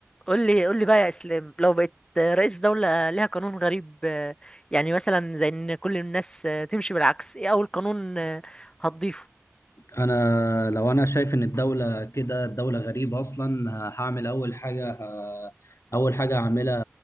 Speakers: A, on the left; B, on the left.
A: قول لي قول لي بقى يا اسلام لو بقيت رئيس دولة ليها قانون غريب آه، يعني مثلا زي ان كل الناس آه، تمشي بالعكس ايه اول قانون آه، هتضيفه
B: انا لو انا شايف ان الدوله كده الدوله غريبه اصلا ه- هعمل اول حاجه ه- اول حاجه هعملها